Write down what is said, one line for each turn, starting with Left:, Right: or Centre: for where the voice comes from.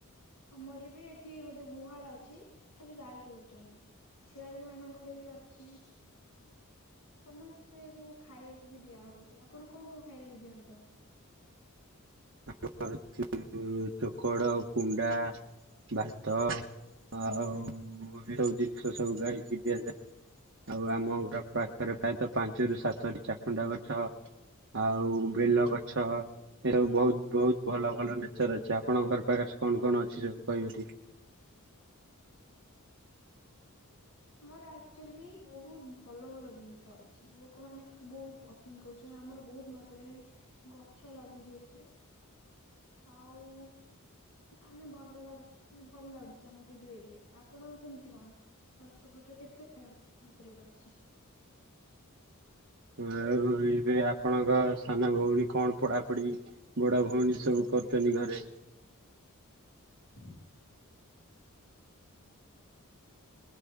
Left: ଆମରବି ଏଠି ଗୋଟେ ଗୁହାଳ ଅଛି ଖାଲି ଗାଈ ରହୁଚନ୍ତି। ଛେଳି ମାନଙ୍କରବି ଅଛି। ସମସ୍ତେକୁ ଖାଇବାକୁବି ଦିଆ ହଉଚି ଆପଣ କଣ କଣ ଖାଇବାକୁ ଦିଅନ୍ତି ତାଙ୍କୁ?
Right: <unintelligible> ଚୋକଡ଼ କୁଣ୍ଡା। ଭାତ ଆଉ <unintelligible> ସବୁ ଜିନିଷ ସବୁ ଗାଇକି ଦିଆଯାଏ ଆଉ ଆମ ଘର ପାଖରେ ପ୍ରାୟତଃ ପାଞ୍ଚରୁ ସାତଟି ଚାକୁଣ୍ଡା ଗଛ ଆଉ ବେଲ ଗଛ
Left: ଆଜ୍ଞା।
Right: ଏସବୁ ବହୁତ୍ ବହୁତ୍ ଭଲ ଭଲ ନେଚର ଅଛି ଆପଣଙ୍କ ଘର ପାଖରେ କଣ କଣ ଅଛି ସବୁ କହିବେଟି?
Left: ଆମର ଆକ୍ଚୁଅଲି ବହୁତ୍ ଭଲ ଭଲ ଜିନିଷ ଅଛି। ଲୋକମାନେ ବହୁତ୍ ପସନ୍ଦ କରୁଚନ୍ତି ଆମର ବହୁତ୍ ମାତ୍ରାରେ ବି ଗଛ ଲାଗୁଛି ଏଠି ଆଉ ଆମେ ଭଲ ଲାଗୁ ମାନେ ଭଲ ଲାଗୁଚି ଆମ ସେଇ ଯୋଉ ଏରିଆଟା ଆପଣ କେମିତି କଣ ଗଛ ଫଛ କେତେ ମାତ୍ରାରେ ଅଛି।
Right: ଆଉ ଏବେ ଆପଣଙ୍କ ସାନ ଭଉଣୀ କଣ ପଢ଼ାପଢ଼ି ବଡ଼ ଭଉଣୀ ସବୁ କରୁଚନ୍ତି ଘରେ?
Left: <inaudible>